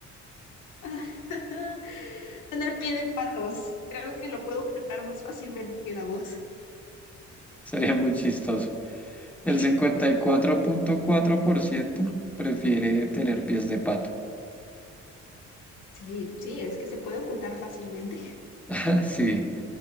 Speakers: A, on the left; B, in the centre.
A: <laughs> Tener pie de patos. Creo que lo puedo ocultar más fácilmente que la voz.
B: Sería muy chistoso. El
A: Sí,
B: cincuenta y cuatro cuatro punto cuatro por ciento prefiere tener pies de pato.
A: sí, sí, es que se puede ocultar fácilmente.
B: <laughs> Sí,